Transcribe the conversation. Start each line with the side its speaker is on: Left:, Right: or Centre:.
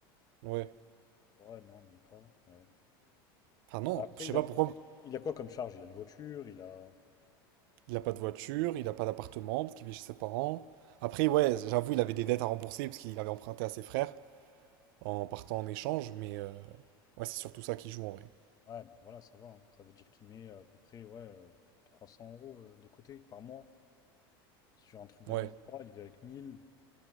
Right: ouais.
Left: Ouais, non, même pas. Ouais.
Right: Ah non,
Left: Bah, Après,
Right: je sais
Left: il
Right: pas
Left: a,
Right: pourquoi,
Left: il a quoi comme charge? Il a une voiture, il a...
Right: Il a pas de voiture, il a pas d'appartement parce qu'il vit chez ses parents. Après, ouais, j'avoue, il avait des dettes à rembourser parce qu'il avait emprunté à ses frères en partant en échange, mais euh, ouais, c'est surtout ça qui joue en vrai.
Left: Ouais, bah voilà, ça va. hein. Ça veut dire qu'il met à peu près, ouais, euh, 300 euros euh, de côté par mois. Sur un truc de
Right: Ouais.
Left: 1003, il vit avec 1000.